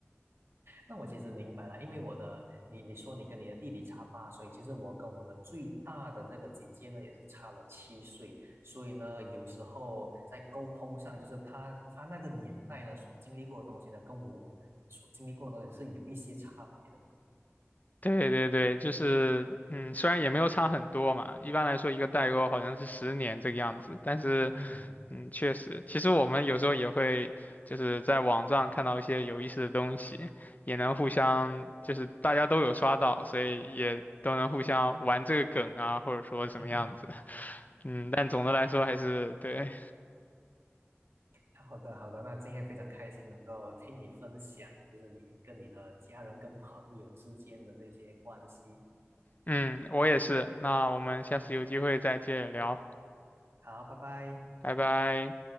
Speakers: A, on the right (about 60°); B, on the left (about 35°).
A: 那我其实明白了，因为我的，你你说你跟你的弟弟差八岁，其实我跟我的最大的这个姐姐呢，也是差了七岁，所以呢，有时候在沟通上，就是她她那个年代呢所经历过的东西呢，跟我所经历过的东西是有一些差别的。
B: 对对对，就是嗯，虽然也没有差很多嘛，一般来说一个代沟好像是十年这个样子，但是
A: 嗯，
B: 嗯，确实，其实我们有时候也会就是在网上看到一些有意思的东西，也能互相就是大家都有刷到，所以也都能互相玩这个梗啊，或者说什么样子，
A: <laughs>
B: 嗯，但总的来说还是对，
A: 好好的好的，那今天非常开心能够听你分享，就是你跟你的家人跟朋友之间的那些关系。
B: 嗯，我也是。那我们下次有机会再接着聊，
A: 好，拜拜。
B: 拜拜。